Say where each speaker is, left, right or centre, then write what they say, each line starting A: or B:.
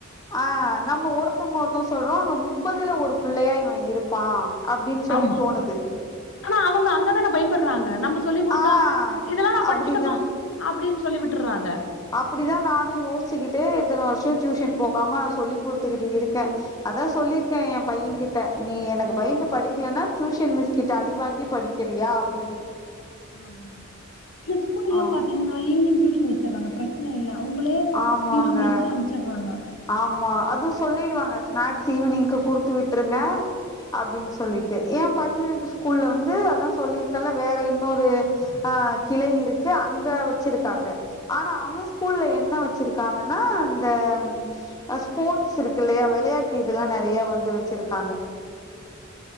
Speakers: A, on the left; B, on the left.
A: ஆ நம்ம ஒருத்தவங்க ஒருத்தங்க சொல்றோம அங்க முப்பதுல ஒரு புள்ளையா இவ இருப்பா அப்டின்னு சொல்லி
B: ஆமா
A: தோணுது
B: ஆனா அவுங்க அங்கதானே பயப்படுறாங்க நம்ப சொல்லிக் குடுத்தா
A: ஆ
B: இதெல்லா நா படிச்சிட்டேம்மா
A: அப்டிதா
B: அப்டின்னு சொல்லி விட்டுறாங்க
A: அப்டிதா நானு யோசிச்சிக்கிட்டே இத்தன வர்ஷ டியூஷன் போகாம நா சொல்லி் குடுத்துக்கிட்டு இருக்கே அதா சொல்லியிருக்கே எ பைய கிட்ட நீ எனக்கு
B: ஆ
A: பயந்து படிக்கலன்னா டியூஷன் மிஸ் கிட்ட அடி வாங்கி படிக்கிறியா அப்டின்னு
B: <unintelligible> ஸ்கூல்லா
A: ஆ
B: பாத்தீங்கன்னா ஈவினிங் டியூசன் வச்சுறாங்க ப்ர ச்சன இல்ல அவுங்களே
A: ஆமாங்க
B: டியூஷன் வச்சு அமுச்சுறாங்க
A: ஆமா அதுவு சொல்லிடுவாங்க ஸ்நாக்ஸ்ஸு ஈவினிங்க்கு குடுத்து விட்டுருங்க அப்டின்னு சொல்லிட்டு எ பையனுக்கு ஸ்கூல்ல வந்து அதா சொல்லியிருக்கல்ல வேற இன்னொரு ஆ கிளை இருக்கு அங்க வச்சிருக்காங்க ஆனா அவுங் ஸ்கூல்ல என்ன வச்சிருக்காங்கனா அந்த அ ஸ்போர்ட்ஸ் இருக்கு இல்லையா வெளையாட்டு இதெல்லா நெறையா வந்து வெச்சிருக்காங்க